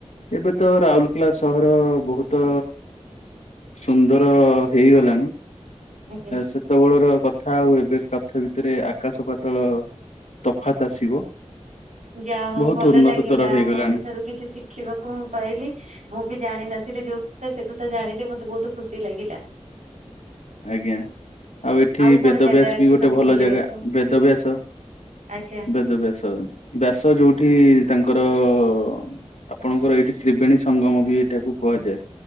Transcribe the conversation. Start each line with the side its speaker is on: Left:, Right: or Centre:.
Left: ଏବେ ତ ରାଉରକେଲା ସହର ବହୁତ ସୁନ୍ଦର ହେଇଗଲାଣି।
Right: ଆଜ୍ଞା
Left: ସେତେବେଳର କଥା ଆଉ ଏବେ କାଥ ଭିତରେ ଆକାଶ ପାତଳ ତଫାତ୍ ଆସିବ।
Right: ଯାହା ହଉ
Left: ବହୁତ
Right: ଭଲ
Left: ଉନ୍ନତତର
Right: ଲାଗିଲା
Left: ହେଇଗଲାଣି
Right: ଆପଣଙ୍କ ଠାରୁ କିଛି ଶିଖିବାକୁ ମୁଁ ପାଇଲି। ମୁଁ ବି ଜାଣିନଥିଲି ଯୋଉ କଥା ସେ କଥା ଜାଣିଲେ ମତେ ବହୁତ ଖୁସି ଲାଗିଲା।
Left: ଆଜ୍ଞା। ଆଉ ଏଠି
Right: କଣ
Left: ବେଦବ୍ୟାସ
Right: ଜାଗା ଅଛି
Left: ବି ଗୋଟେ
Right: ସବୁ
Left: ଭଲ
Right: ବୁଲିବାକୁ?
Left: ଜାଗା ବେଦବ୍ୟାସ
Right: ଆଚ୍ଛା
Left: ବେଦବ୍ୟାସ। ବ୍ୟାସ ଯୋଉଠି ତାଙ୍କର -- ଆପଣଙ୍କର ଏଇଠି ତ୍ରିବେଣୀ ସଙ୍ଗମ ବି ଏଇଟାକୁ କୁହାଯାଏ।